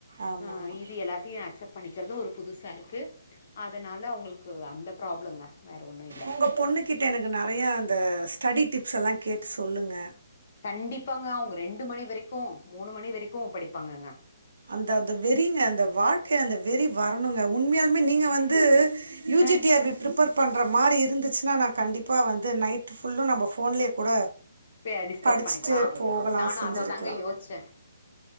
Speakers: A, on the right; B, on the left.
A: ஆமாமா.
B: அ இது எல்லாத்தையு அக்செப்ட் பண்ணிக்கிறதூ ஒரு புதுசு சாருக்கு அதனால அவுங்களுக்கு அந்த ப்ராப்ளங்க வேற ஒன்னு இல்ல
A: உங்க பொண்ணு கிட்ட எனக்கு நறைய அந்த ஸ்டடி டிப்ஸ் எல்லா கேட்டு சொல்லுங்க
B: கண்டிப்பாங்க அவுங்க ரெண்டு மணி வெரைக்கூ மூணு மணி வெரைக்கூ படிப்பாங்கங்க
A: அந்த அந்த வெறிங்க அந்த வாழ்க்கை அந்த வெறி வ ரனுங்க உண்மையாலுமே நீங்க வந்து UG
B: ஆ
A: T R B prepare பண்ற மாரி இருந்துச்சுன்னா நா கண்டிப்பா வந்து நைட்டு் ஃபுல்லு நம்ப ஃபோன்லயே கூட
B: பே டிஸ்கஸ்
A: படிச்சுட்டு
B: பண்ணிக்லா
A: போகலாம்,
B: நானு
A: செஞ்சிருக்கலாம்.
B: அத தாங்க யோஸ்ச்ச